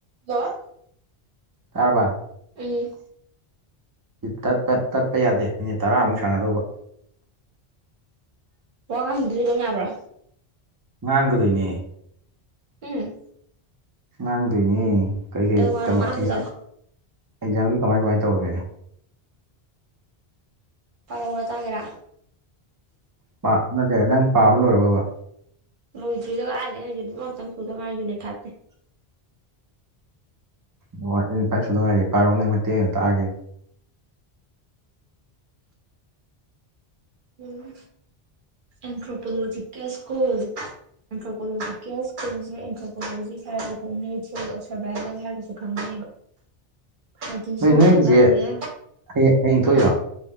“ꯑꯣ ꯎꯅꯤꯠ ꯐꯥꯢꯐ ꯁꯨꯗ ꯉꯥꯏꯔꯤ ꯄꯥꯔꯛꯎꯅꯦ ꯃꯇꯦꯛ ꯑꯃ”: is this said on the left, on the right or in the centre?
Right